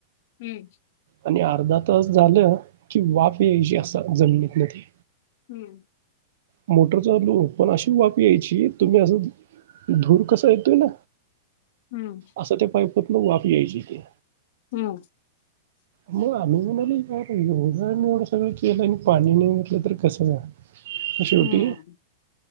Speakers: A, on the left (about 60°); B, on the right (about 65°).
A: हम्म
B: आणि अर्धा तास झालं की वाफ याची अस जमनीतन ती.
A: हम्म
B: मोटर चालू, पण अशी वाफ यायची तुम्ही असं धूर कसा येतोय ना?
A: हम्म
B: असं त्या पायपतन वाप यायची ती.
A: हम्म
B: मग आम्ही म्हणालोय एवढं आणि एवढं सगळं केलं आणि पाणी नाही म्हणल तर कसं <inaudible> म शवटी..
A: हम्म